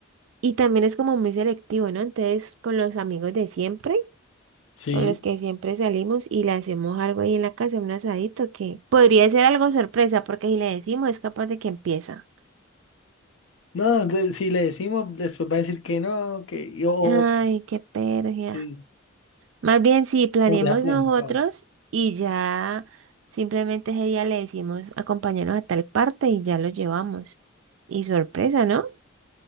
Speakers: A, on the right (about 70°); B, on the left (about 70°).
A: Y también es como muy selectivo, ¿no? Entonces, con los amigos de siempre,
B: Sí.
A: con los que siempre salimos y le hacemos algo ahí en la casa, un asadito, que podría ser algo sorpresa, porque si le decimos es capaz de que empieza.
B: No, de- si le decimos, después va a decir que no, que yo.
A: Ay, qué pérdida.
B: Sí.
A: Más bien, si planeamos
B: Nos deja plantados.
A: nosotros y ya simplemente ese día le decimos acompañarnos a tal parte y ya lo llevamos. Y sorpresa, ¿no?